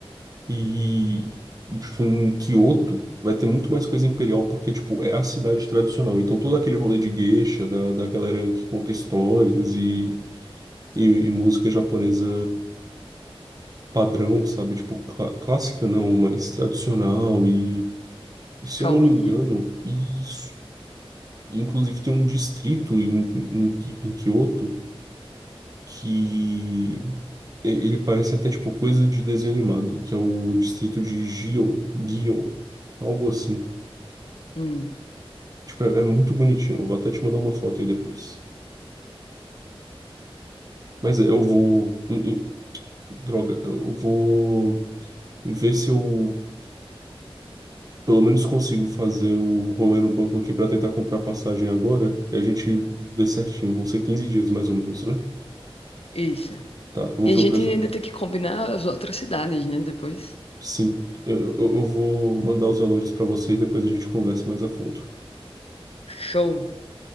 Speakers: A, on the right; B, on the left.
A: E, e, tipo, em Kyoto vai ter muito mais coisa imperial, porque, tipo, é a cidade tradicional. Então, todo aquele rolê de geisha, da, da galera que conta histórias e e, e música japonesa padrão, sabe? Tipo, clá- clássica não, mas tradicional. E, e se
B: Calminha.
A: eu não me engano, isso. Inclusive tem um distrito em, em, Ki- em Kyoto que e- ele parece até tipo coisa de desenho animado, que é o distrito de Gion, Gion, algo assim.
B: Hum.
A: Tipo, é, é muito bonitinho. Eu vou até te mandar uma foto aí depois. Mas é, eu vou. em- em- droga, eu vou ver se eu pelo menos consigo fazer o rolê no banco aqui para tentar comprar passagem agora. E a gente vê certinho. Vão ser 15 dias mais ou menos, né?
B: Isso.
A: Tá, eu vou
B: E a
A: ver
B: gente
A: o preço.
B: ainda tem que combinar as outras cidades, né? Depois.
A: Sim, eu, eu eu vou mandar os valores para você e depois a gente conversa mais a fundo.
B: Show.